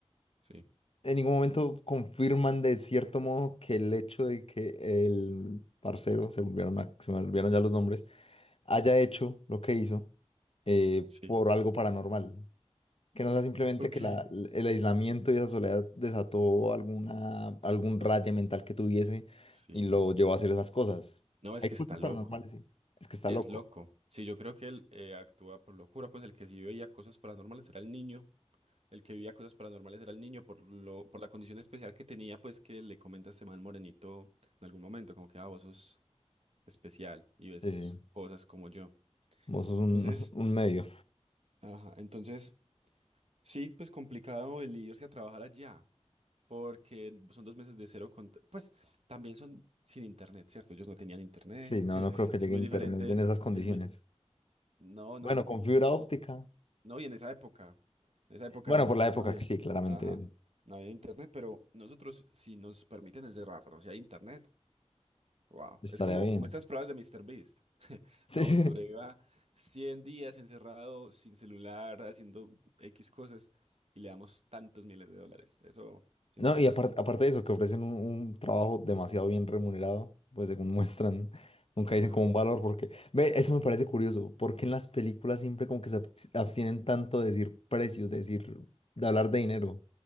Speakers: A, on the right; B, on the left.
A: Sí,
B: en ningún momento confirman de cierto modo que el hecho de que el parcero, se volvieron, a- se me olvidaron ya los nombres, haya hecho lo que hizo eh,
A: sí.
B: por algo paranormal. Que no sea simplemente
A: Ok.
B: que la- el aislamiento y esa soledad desató alguna, algún
A: No,
B: raye mental que tuviese
A: sí.
B: y lo llevó a hacer esas cosas.
A: No, es
B: Hay
A: que
B: cultos
A: está loco.
B: paranormales, sí. Es que está
A: Es
B: loco.
A: loco. Sí, yo creo que él eh, actúa por locura, pues el que sí veía cosas paranormales era el niño, el que vivía cosas paranormales era el niño por lo, por la condición especial que tenía, pues que le comenta este man morenito en algún momento, como que ah, vos sos especial y ves
B: Sí, sí.
A: cosas como yo.
B: Vos sos un,
A: Entonces,
B: <laughs> un medio.
A: ajá, entonces sí, pues complicado el irse a trabajar allá, porque son dos meses de cero con, pues también son sin internet, ¿cierto? Ellos no tenían internet,
B: Sí, no,
A: <laughs>
B: no creo que llegue
A: es muy
B: internet
A: diferente,
B: en esas condiciones.
A: es muy, no, no.
B: Bueno, con fibra óptica.
A: No, y en esa época, en esa época
B: Bueno,
A: no,
B: por la época,
A: <laughs> no había,
B: sí, claramente
A: ajá, no había internet, pero nosotros si nos permiten encerrarnos y hay internet, wow,
B: estaría
A: es como,
B: bien.
A: como estas pruebas de Mister Beast.
B: <laughs>
A: No,
B: Sí.
A: sobreviva 100 días encerrado sin celular, haciendo X cosas y le damos tantos miles de dólares. Eso es
B: No,
A: interesante.
B: y apar- aparte de eso, que ofrecen un, un trabajo demasiado bien remunerado, pues según <laughs> muestran,
A: Sí.
B: nunca dicen
A: Ajá.
B: como un valor, porque, ve, eso me parece curioso, porque en las películas siempre como que se ab- abstienen tanto de decir precios, de decir, de hablar de dinero.